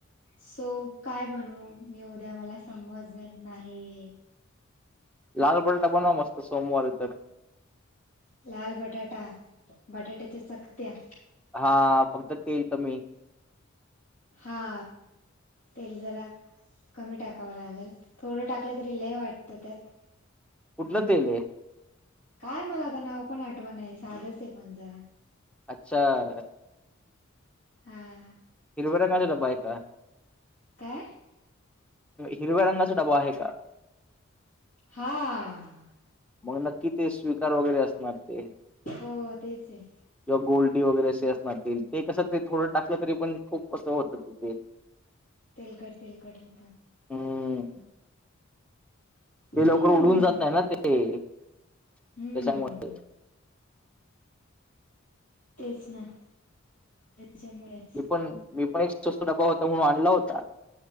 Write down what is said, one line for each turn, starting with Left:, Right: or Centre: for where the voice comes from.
Left: सो काय बनू मी उद्या मला समज नाही ये.
Centre: लाल पराठा बनवा मस्त सोमवार इ तर.
Left: लाल बटाटा बटाट्याच्या चकत्या.
Centre: हा फक्त तेल कमी.
Left: हा. तेल जरा कमी टाकावं लागेल थोडं टाकलं तरी लय वाटतं त्यात.
Centre: कुठलं तेल ये?
Left: काय मला आता नाव पण आठवण साधस आहे. पण जरा
Centre: अच्छा.
Left: हा.
Centre: हिरवेरा <unintelligible> बायका.
Left: काय?
Centre: हिरव्या रंगाचा डबा आहे का?
Left: हा.
Centre: मग नक्की ते स्वीकार वगैरे असणार ते.
Left: हो तेच आहे.
Centre: किंवा गोल्डी वगैरे असे असणार ते ते कसं ते थोडं टाकलं तरी पण खूप असं होतं ते तेल.
Left: तेलगट तेलगट होतं.
Centre: हम्म ते
Left: हम्म
Centre: लवकर उडून जात नाही ना ते त्याच्यामुळे.
Left: हम्म तेच ना त्याच्यामुळे.
Centre: मी पण मी पण एक स्वस्त डबा होता म्हणून आणला होता